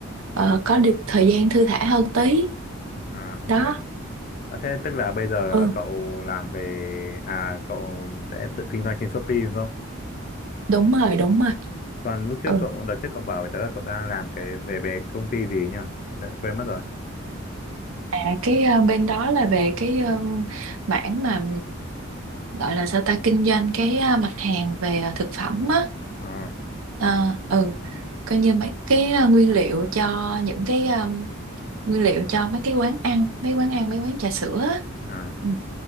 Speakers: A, on the right (about 80°); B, on the left (about 40°).
A: ờ, có được thời gian thư thả hơn tí
B: À, ok.
A: đó
B: À, thế tức là bây giờ
A: ừ
B: là cậu làm về à cậu sẽ tự kinh doanh trên Shopee đúng không?
A: đúng rồi đúng rồi
B: Còn lúc trước
A: ừ
B: cậu đợt trước cậu bảo với tớ là cậu đang làm cái về về công ty gì nhỉ? Tớ quên mất rồi.
A: à cái ờ, bên đó là về cái ờ, mảng mà gọi là sao ta kinh doanh cái à, mặt hàng về à, thực phẩm á
B: Ờ,
A: À, ừ coi như mấy cái à, nguyên liệu cho những cái nguyên liệu cho mấy cái quán ăn mấy quán ăn mấy quán trà sữa á.
B: à,
A: ừ.